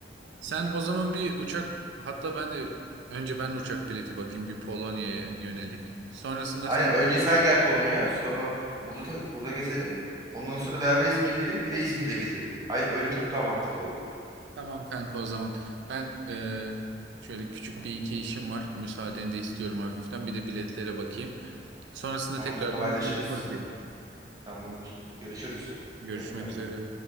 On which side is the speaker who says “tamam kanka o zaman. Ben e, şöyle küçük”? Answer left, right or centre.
Right